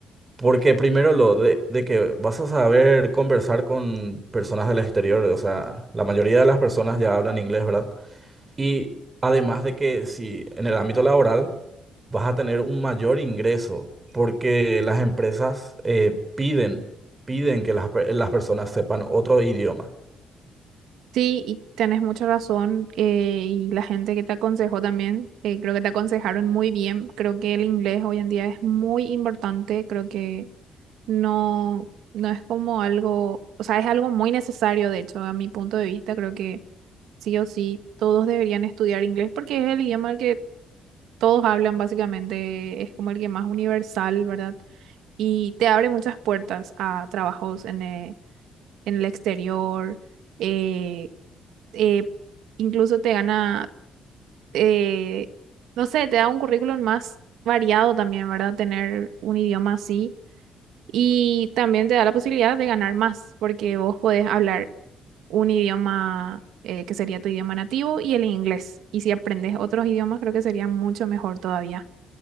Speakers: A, on the right; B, on the right.
A: porque primero lo de, de que vas a saber conversar con personas del exterior, o sea, la mayoría de las personas ya hablan inglés, ¿verdad? Y además de que si en el ámbito laboral vas a tener un mayor ingreso porque las empresas eh, piden, piden que las, pe- las personas sepan otro idioma.
B: Sí, y tenés mucha razón. eh, y la gente que te aconsejó también, eh, creo que te aconsejaron muy bien. Creo que el inglés hoy en día es muy importante. Creo que no, no es como algo, o sea, es algo muy necesario, de hecho, a mi punto de vista. Creo que sí o sí, todos deberían estudiar inglés porque es el idioma que todos hablan básicamente, es como el que más universal, ¿verdad? Y te abre muchas puertas a trabajos en el, en el exterior, eh, eh, incluso te gana, eh, no sé, te da un currículum más variado también, ¿verdad? Tener un idioma así y también te da la posibilidad de ganar más porque vos podés hablar un idioma eh, que sería tu idioma nativo y el inglés. Y si aprendes otros idiomas, creo que sería mucho mejor todavía.